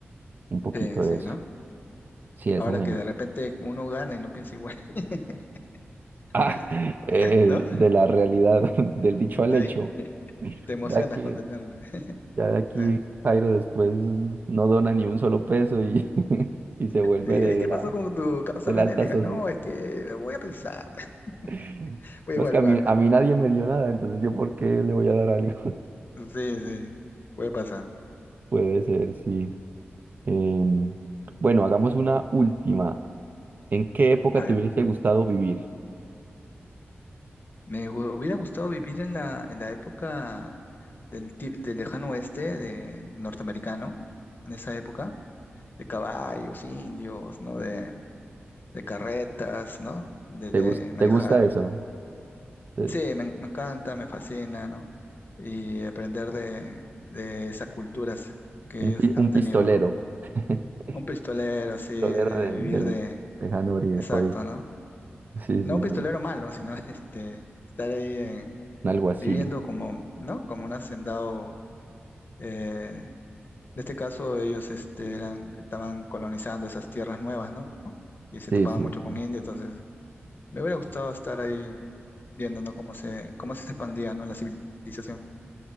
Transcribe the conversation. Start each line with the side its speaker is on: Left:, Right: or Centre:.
Right: un poquito
Left: sí, sí,
Right: de eso.
Left: ¿no?
Right: Sí, eso
Left: Ahora
Right: me...
Left: que de repente
Right: <laughs>
Left: uno gana y no piensa igual, <laughs>
Right: Ah,
Left: ¿no?
Right: eh,
Left: ¿No?
Right: de la realidad, <laughs> del dicho al
Left: Sí,
Right: hecho,
Left: te emocionas
Right: de aquí,
Left: con tenerlo. <laughs>
Right: ya de aquí,
Left: Sí.
Right: Jairo después no dona ni un solo peso y, <laughs> y se vuelve
Left: Sí,
Right: de,
Left: ¿Y
Right: de
Left: qué
Right: la,
Left: pasó con tu causa
Right: de
Left: benéfica?
Right: la alta sociedad.
Left: No, es que voy a pensar, <laughs>
Right: <laughs>
Left: voy
Right: No,
Left: a evaluarles,
Right: es que a mí, a mí
Left: ¿no?
Right: nadie me dio nada, entonces yo por qué le voy a dar algo.
Left: Sí, sí, puede pasar.
Right: Puede ser, sí. Em, bueno, hagamos una última. ¿En qué época
Left: A ver.
Right: te hubiese gustado vivir?
Left: Me hu- hubiera gustado vivir en la, en la época del, ti- del lejano oeste de norteamericano, en esa época, de caballos, indios, ¿no? De, de carretas, ¿no? De,
Right: ¿Te
Left: de
Right: gus-
Left: manejar.
Right: te gusta eso? Te-
Left: Sí, me, en- me encanta, me fascina, ¿no? Y aprender de, de esas culturas que
Right: un,
Left: ellos
Right: pi-
Left: han
Right: un
Left: tenido,
Right: pistolero.
Left: ¿no?
Right: <laughs>
Left: Un pistolero, así,
Right: Pistolero
Left: de
Right: del,
Left: vivir
Right: del
Left: de...
Right: lejano orie-
Left: Exacto,
Right: oeste.
Left: ¿no?
Right: Sí, sí,
Left: No un pistolero
Right: sí.
Left: malo, sino <laughs> este, estar ahí
Right: Un alguacil.
Left: viviendo como, ¿no? Como un hacendado. eh, en este caso, ellos este, eran, estaban colonizando esas tierras nuevas, ¿no? Y se
Right: Sí,
Left: topaban
Right: sí,
Left: mucho
Right: sí.
Left: con India, entonces me hubiera gustado estar ahí viendo, ¿no? cómo se, cómo se expandía, ¿no? la civilización.